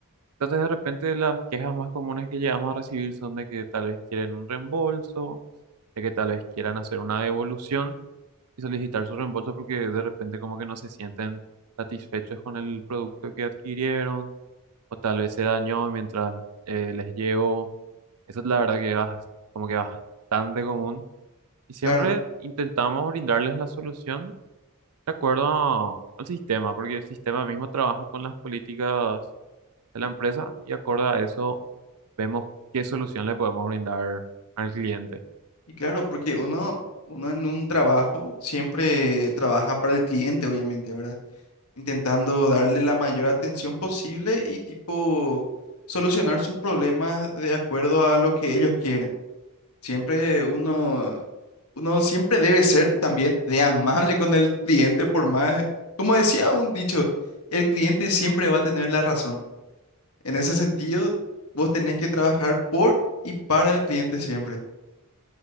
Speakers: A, on the right (about 90°); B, on the left (about 75°).
A: Entonces, de repente, las quejas más comunes que llegamos a recibir son de que tal vez quieren un reembolso, de que tal vez quieran hacer una devolución y solicitar su reembolso porque de repente como que no se sienten satisfechos con el producto que adquirieron o tal vez se dañó mientras eh, les llegó. Eso es la verdad que es como que bastante común. Y siempre
B: Claro.
A: intentamos brindarles la solución de acuerdo a- al sistema, porque el sistema mismo trabaja con las políticas de la empresa y acorde a eso vemos qué solución le podemos brindar al cliente.
B: Y claro, porque uno, uno en un trabajo siempre trabaja para el cliente, obviamente, ¿verdad? Intentando darle la mayor atención posible y tipo solucionar sus problemas de acuerdo a lo que ellos quieren. Siempre uno, uno siempre debe ser también de amable con el cliente, por más, como decía un dicho, el cliente siempre va a tener la razón. En ese sentido, vos tenés que trabajar por y para el cliente siempre.